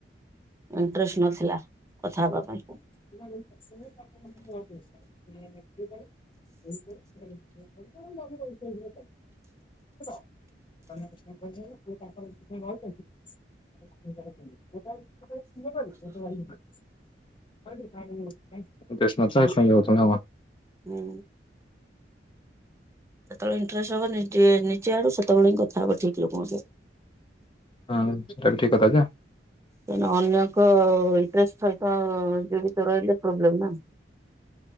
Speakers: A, on the right (about 15°); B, on the left (about 30°).
A: ଇନ୍ଟ୍ରେଷ୍ଟ ନଥିଲା କଥା ହବା ପାଇଁ।
B: <unintelligible> <unintelligible> <unintelligible> <unintelligible> <unintelligible>
A: ହୁଁ। ଯେତେବେଳେ ଇନ୍ଟ୍ରେଷ୍ଟ ହବ ନିଜେ ନିଜ ଆଡୁ ସେତେବେଳେ ହିଁ କଥା ହବ ଠିକ୍ ଲୋକଙ୍କ ସହିତ।
B: ହଁ ସେଟା ବି ଠିକ୍ କଥା ଯା।
A: କହିଁ ନା ଅନ୍ୟଙ୍କ ଇନ୍ଟ୍ରେଷ୍ଟ ସହିତ ଜଡିତ ରହିଲେ ପ୍ରୋବ୍ଲେମ୍ ନା।